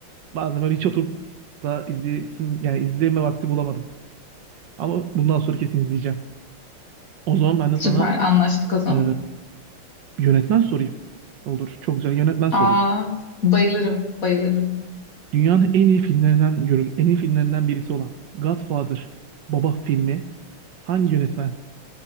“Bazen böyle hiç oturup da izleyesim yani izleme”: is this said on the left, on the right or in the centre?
Right